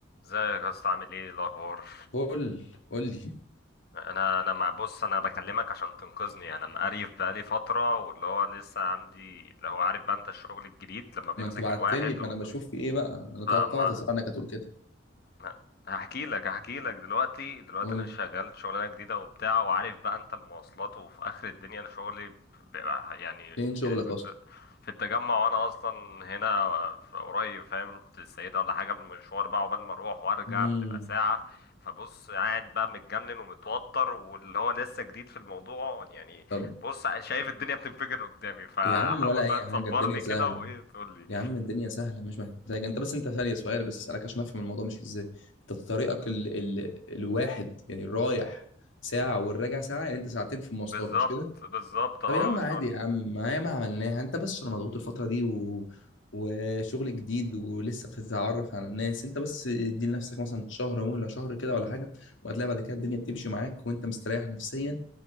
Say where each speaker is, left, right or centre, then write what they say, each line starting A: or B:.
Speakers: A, on the left; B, on the left.
A: ازيك يا اسطى عامل ايه الاخبار
B: قول قول لي
A: انا انا مع بص انا بكلمك عشان تنقذني يعني انا مقريف بقالي فتره واللي هو لسه عندي اللي هو عارف بقى انت الشغل الجديد لما بيمسك
B: ما انت بعت
A: الواحد
B: لي فانا
A: و...
B: بشوف في ايه بقى انا توقعت
A: فما
B: اسالك هتقول كده
A: لا، هحكي لك هحكي لك دلوقتي دلوقتي
B: قول
A: انا شغال شغلانه جديده وبتاع وعارف بقى انت المواصلات وفي اخر الدنيا انا شغلي بيبقى يعني
B: فين شغلك
A: ال-
B: اصلا
A: في التجمع وانا اصلا هنا في قريب فاهم في السيده ولا حاجه المشوار بقى عقبال ما اروح وارجع
B: امم
A: بتبقى ساعه فبص قاعد بقى متجنن ومتوتر واللي هو لسه جديد في الموضوع يعني
B: طب
A: بص شايف الدنيا بتنفجر قدامي فحاول
B: يا عم ولا
A: بقى
B: اي حاجه
A: تصبرني
B: الدنيا سهله
A: كده وايه تقول لي
B: يا عم الدنيا سهله مش محتاج انت بس انت ثانيه سؤال بس اسالك عشان افهم الموضوع ماشي ازاي انت طريقك ال... ال... الواحد يعني الرايح ساعه والراجع ساعه يعني انت ساعتين في المواصلات
A: بالظبط
B: مش كده
A: بالظبط اه
B: طب يا عم
A: والشغل
B: عادي يا عم ما هي ما عملناها انت بس عشان مضغوط الفترة دي و... وشغل جديد ولسه بتتعرف على الناس انت بس ادي لنفسك مثلا شهر مهلة شهر كده ولا حاجة وهتلاقي بعد كده الدنيا بتمشي معاك وانت مستريح نفسيا